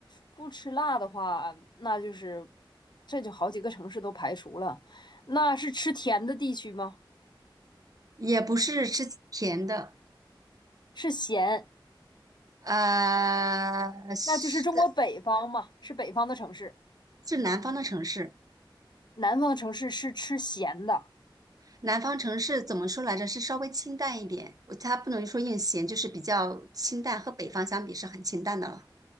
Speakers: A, on the left; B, on the right.
A: 不吃辣的话，那就是这就好几个城市都排除了。那是吃甜的地区吗？
B: 也不是吃甜的，
A: 是咸，
B: 呃，是
A: 那就是中国北方嘛，是北方的城市。
B: 是南方的城市，
A: 南方的城市是吃咸的，
B: 南方城市怎么说来着？是稍微清淡一点，我它不能说硬咸，就是比较清淡，和北方相比是很清淡的了，